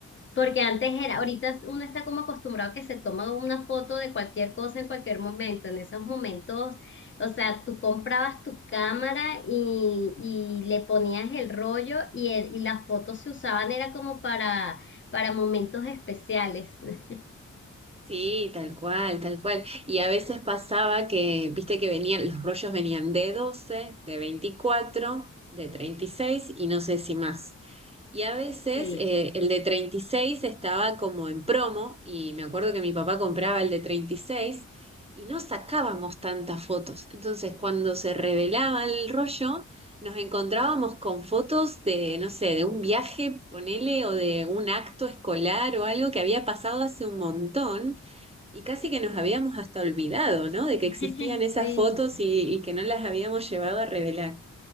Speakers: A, on the left (about 40°); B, on the right (about 20°).
A: porque antes era, ahorita uno está como acostumbrado a que se toma una foto de cualquier cosa en cualquier momento. En esos momentos, o sea, tú comprabas tu cámara y, y le ponías el rollo y, el- y las fotos se usaban, era como para, para momentos especiales. <laughs>
B: Sí, tal cual, tal cual. Y a veces pasaba que, viste que venían, los rollos venían de 12, de 24, de treinta y seis y no sé si más. Y a veces
A: Sí.
B: eh, el de 36 estaba como en promo y me acuerdo que mi papá compraba el de 36 y no sacábamos tantas fotos. Entonces cuando se revelaba el rollo, nos encontrábamos con fotos de, no sé, de un viaje, ponele, o de un acto escolar o algo que había pasado hace un montón. Y casi que nos habíamos hasta olvidado, ¿no? De que
A: <laughs>
B: existían esas
A: Sí.
B: fotos y, y que no las habíamos llevado a revelar.